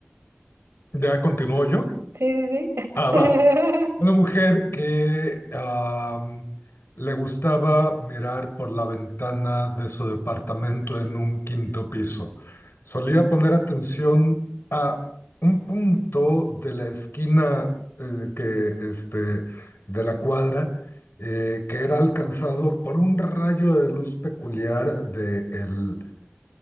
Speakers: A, on the left; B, on the right.
A: ¿Ya continúo yo?
B: sí, sí.
A: Ah,
B: <laughs>
A: va. Una mujer que am, le gustaba mirar por la ventana de su departamento en un quinto piso. Solía poner atención a un punto de la esquina eh, que, este, de la cuadra eh, que era alcanzado por un rayo de luz peculiar del